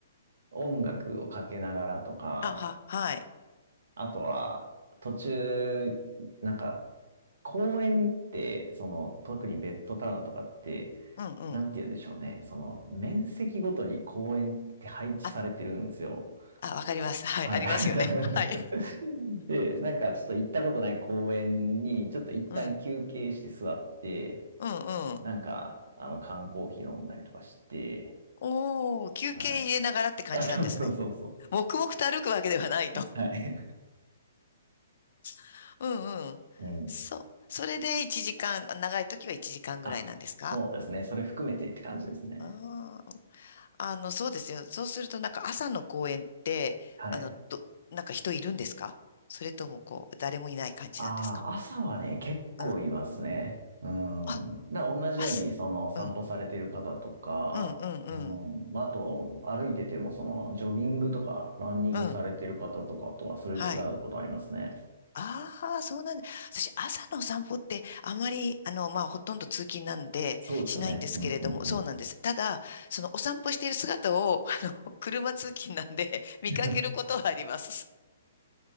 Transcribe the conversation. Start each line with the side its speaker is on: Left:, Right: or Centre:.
Right: 音楽をかけながらとか、
Left: あ、は、はい。
Right: あとは途中、なんか公園って、その特にベッドタウンとかって、
Left: うんうん。
Right: なんて言うんでしょうね。その面積ごとに公園って配置されてるんですよ。
Left: あ、あ、わかります。はい。
Right: はい。
Left: ありますよね。<laughs> はい。
Right: <laughs> で、なんかちょっと行ったことない公園に、ちょっと一旦休憩して座って、
Left: うん。うんうん。
Right: なんか、あの、缶コーヒー飲んだりとかして、
Left: おー、休憩入れながらって感じなんですね。
Right: はい。あ、そうそうそうそう。
Left: 黙々と歩くわけではないと。
Right: はい。
Left: <laughs> うんうん。
Right: うん。
Left: そう。それで1時間、長い時は1時間ぐらいなんですか
Right: あ、そうですね。それ含めてって感じですね。
Left: あーあの、そうですよ。そうすると、なんか朝の公園って、
Right: はい。
Left: あの、ど、なんか人いるんですかそれとも、こう、誰もいない感じなんですか
Right: ああ、朝はね、結構いますね。
Left: うん。
Right: うん。
Left: あ、
Right: だから同じように、
Left: 朝。
Right: その散歩されてる方とか、
Left: うん。うん、うん、うん。
Right: うん。まあと、歩いてても、その、ジョギングとか、ランニングされてる方とかとはすれ違うことありますね。
Left: うん。はい。ああ、そうなんだ。私、朝のお散歩って、あまり、あの、まあ、ほとんど通勤なんで、
Right: そうですよね。
Left: しないんですけれども、
Right: うん、うん、うん。
Left: そうなんです。ただ、その、お散歩している姿を、あの、<laughs> 車通勤なんで、
Right: <laughs>
Left: 見かけることはあります。